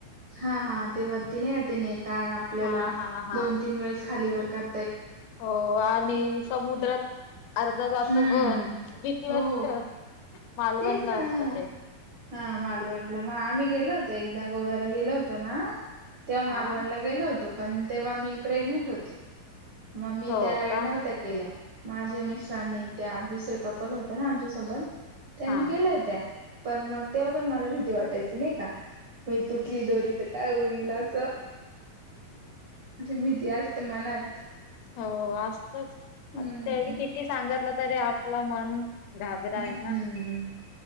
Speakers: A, on the right; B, on the left.
A: हा हा ते वरती नाही का नता आपल्याला
B: हा हा हा
A: दोन तीन वेळेस खाली वर कर
B: हो आणि समुद्रात. अर्धा जात
A: हम्म
B: पण भीती वाटत
A: हो
B: मालवणला
A: तेच ना
B: असत ते.
A: हा मालवणला मग आम्ही गेलो होतो एकदा गोव्याला गेलो होतो ना. तेव्हा
B: हा
A: मालवणला गेलो होतो पण तेव्हा मी प्रेग्नेंट होती. मग मी
B: हो
A: त्या राईड
B: का
A: नव्हत्या केल्या. माझ्या मिस्रांनी त्या दुसरे कपल होत ना आमच्यासोबत त्यांनी
B: हा
A: केल्या होत्या. पण मग तेव्हा पण मला भीती वाटायची नाही का मी तुटली दोरी तर काय उईल असं.
B: <inaudible>
A: म्हणजे भीती असते मनात.
B: हो असतच
A: हम्म
B: आता त्या किती सांगितलं तरी आपलं मन घाबर आहे
A: हम्म
B: ना